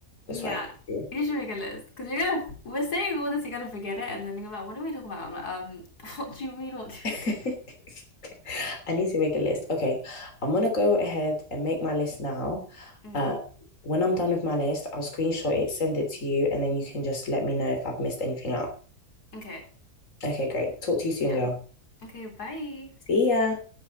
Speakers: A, on the left; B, on the left.
A: That's
B: Yeah,
A: what I need
B: you should make a list because you're gonna. We're saying all this, you're gonna forget it, and then you're gonna be like, "What are we talking about?" I'm like, "Um, <laughs> what do you mean? What do
A: to
B: we talk?"
A: do. <laughs> I need to make a list. Okay. I'm gonna go ahead and make my list now.
B: Mm.
A: Uh, when I'm done with my list, I'll screenshot it, send it to you, and then you can just let me know if I've missed anything out.
B: Okay,
A: Okay, great. Talk to you soon,
B: yeah,
A: girl.
B: okay, bye.
A: See ya.